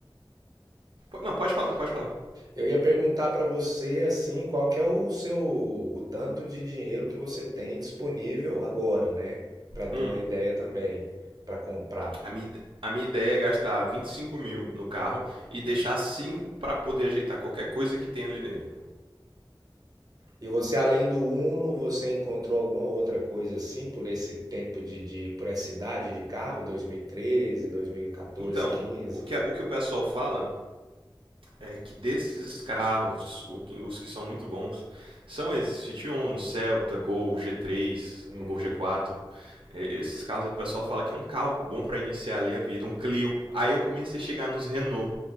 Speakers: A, on the right; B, on the right.
A: Não, pode falar, pode falar.
B: Eu ia perguntar para você, assim, qual que é o seu, o tanto de dinheiro que você tem disponível agora, né? para ter
A: Hum,
B: uma ideia também, para comprar.
A: a minha, a minha ideia é gastar 25 mil no carro e deixar 5 para poder ajeitar qualquer coisa que tem ali nele.
B: E você, além do Uno, você encontrou alguma outra coisa assim por esse tempo de, de por essa idade de carro, dois dois mil mil treze dois mil e 2014,
A: Então,
B: quinze
A: o que, o que o pessoal fala é que desses carros, o que- os que são muito bons, são esses Fiat Uno, Celta, Gol, G3,
B: Hum.
A: o Gol G4. É, esses carros a pessoa fala que é um carro bom para iniciar ali a vida, um Clio. Aí eu comecei a chegar nos Renault.